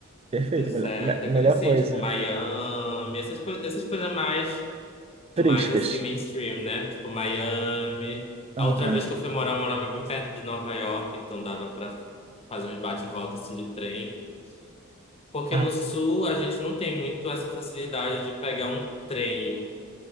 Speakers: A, on the right; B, on the left.
A: Perfeito,
B: Deu certo.
A: melhor, me- melhor
B: Eu conheci,
A: coisa.
B: tipo, Miami, essas, coi- essas coisas mais.
A: Turísticas.
B: mais assim, mainstream, né? Tipo, Miami.
A: Aham.
B: A outra vez que eu fui morar, eu morava bem perto de Nova York, então dava pra fazer uns bate e volta assim de trem. Porque
A: Ah,
B: no sul a gente não tem muito essa facilidade de pegar um trem